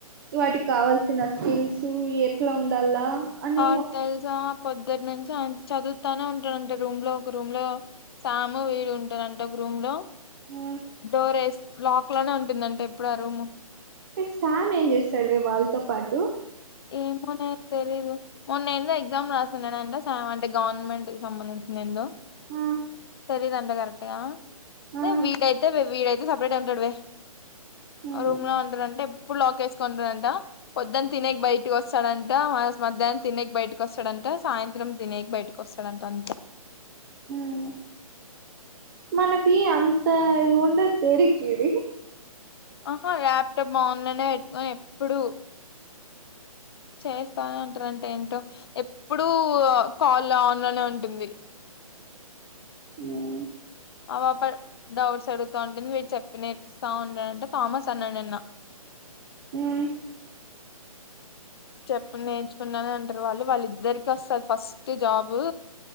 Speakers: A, on the right (about 35°); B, on the left (about 40°).
A: వాటికి కావల్సిన స్కిల్స్ ఎట్లా ఉండాలా. అని
B: ఆహ్ తెలుసా. పొద్దుట్నుంచి ఆ ఇం చదువుతానే ఉంటాడుంట రూమ్ లో ఒక రూమ్ లో సాము వీడు ఉంటాడంట ఒక రూ. రూమ్ లో
A: మొత్తం
B: డోర్స్ లాక్ లోనే ఉంటుందంటా ఎప్పుడు ఆ రూమ్.
A: ఈ సామ్ ఏం చేస్తాడు వాళ్ళతో పాటు.
B: ఏమోనే తెలీయదు మొన్న ఎందో ఎగ్జామ్ రాస్తున్నానంటే సామ్ అంటే గవర్నమెంట్ కి సంబంధించింది ఏందో.
A: ఆ
B: తెలీదంట కరెక్ట్గా
A: ఆ
B: అయితే వీడైతే వీడైతే సపరేట్గా ఉంటాడువే.
A: ఉమ్
B: రూమ్ లో ఉంటారంటా ఎప్. ఎప్పుడు లాక్ వేసుకుంటాడంట పొద్దున్న తినేకి బయటకి వస్తాడంట మధ్యాహ్నం తినేకి బయటకి వస్తాడంట. ఇంకా సాయంత్రం తినేకి బయటకి వస్తాడంట అంతే.
A: ఉమ్. మనకి అంత ఉండదు తేడి కేడి.
B: ఆహ్ ల్యాప్టాప్ ఆన్ లోనే పెట్టుకోని ఎప్పుడు. చేస్తానే ఉంటారంటా ఏంటో ఎప్పుడు కాల్ ఆన్ లోనే ఉంటుంది.
A: ఉమ్.
B: ఆ పాపడ్ డౌట్స్ అడుగుతా ఉంటుంది వీరు చెప్పి నేర్పిస్తా ఉంటారంటా థామస్ అన్నాడు నిన్న.
A: హ్మ్
B: చెప్పం నేర్చుకున్నాను అంటారు వాళ్ళు వాళ్ళ ఇద్దరికి వస్తాది ఫస్ట్ జాబు